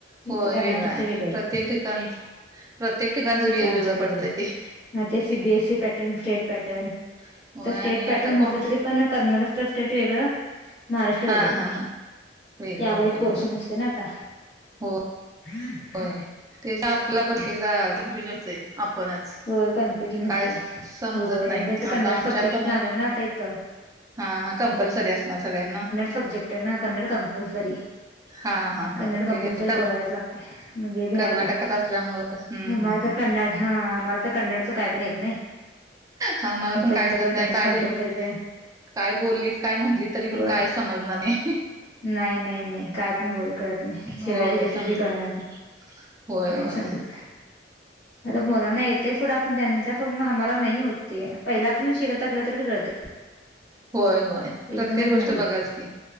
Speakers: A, on the right; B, on the left.
A: होय.
B: इथं कर्नाटकचे
A: वेगळ हाय.
B: वेगळे आहेत
A: प्रत्येक ठिकाण प्रत्येक ठिकाणच
B: चिकाणचे
A: वेगवेगळं
B: वेगळे
A: पडतंय ते.
B: हा ते सीबीएससी पॅटर्न, स्टेट पॅटर्न
A: होय
B: आता स्टेट
A: आणि
B: पॅटर्न
A: आता
B: म्हटलं
A: कॉम
B: तरी पण कर्नाटकस्टेट वेगळं महाराष्ट्र वेगळ
A: हां, हां, हां. वेगळं
B: त्या वेळीच
A: होय,
B: पोर्शन नसतय ना आता.
A: होय.
B: <inaudible>
A: होय. तेच आपल्याला पण एकेकदा कन्फ्युज होतय. आपणच
B: होय कन्फ्युजन होते
A: काय समजत
B: होय
A: नाही.
B: आणि इथं
A: आता
B: कन्नड
A: आमच्यात
B: सब्जेक्ट
A: पण नाही.
B: आला ना आता इथं
A: हा, हा. कंपल्सरी असणार सगळ्यांना.
B: सबजेक्ट ना कन्नड कंपलसरी.
A: हां, हां,
B: कन्नड
A: हां.
B: कंपल्सरी
A: ते कर
B: बोलायलाच लागतयं, म्हणजे घ्यायला.
A: कर्नाटकात असल्यामुळं हं,
B: मला
A: हं,
B: तर
A: हं.
B: कन्नड हा आ मला तर कन्नडचं काय पण येत नाही.
A: हा मला पण
B: इथं
A: काय
B: कन्नड
A: <unintelligible> काय
B: कंपल्सरीच
A: देणे.
B: आहे
A: काय बोललीत. काय म्हटली, तरी पण
B: होय
A: काय समजणार नाही.
B: नाही, नाही, नाही. काय पण बोल करत नाही. शिवया
A: होय
B: दिली
A: समजत
B: तरी बी कळणार नाही.
A: होय
B: नाही
A: होय
B: समजत. आता मुलांना येतय सोडा पण त्यांचा <unintelligible> आम्हाला नाही होत ते. पहिला पासून शिकव असलं तरचं कळतयं.
A: होय, होय.
B: एकदमच
A: प्रत्येक गोष्ट
B: नाही येत
A: बघाच की.